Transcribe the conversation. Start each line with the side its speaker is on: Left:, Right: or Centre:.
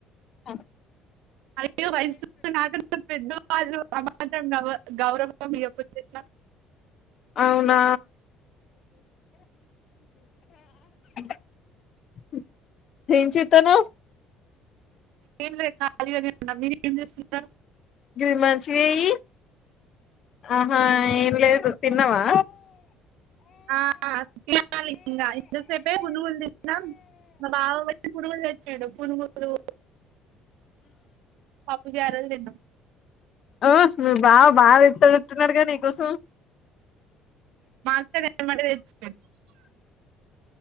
Left: అ
Right: అ వయసు పె మాత్రం గ గౌరవయ ఎట్
Left: అవునా <inaudible> ఎం చితనవ
Right: లేదు అదిగానే ఉ మీరు ఏం చేస్తున్నారు
Left: జ మంచివి ఈ ఆహా ఏంలేదు తిన్నవా
Right: ఆకా ఎంత సేే ఉనుగుంది మ బబవా వ ప చెడు పనుగులు పాప్పు గరలు తన్నా
Left: ఓ మీ బాబ బాగా ఎత్తడుెతున్నాడుగా నీకోసం
Right: మాస్మాట తెచ్చ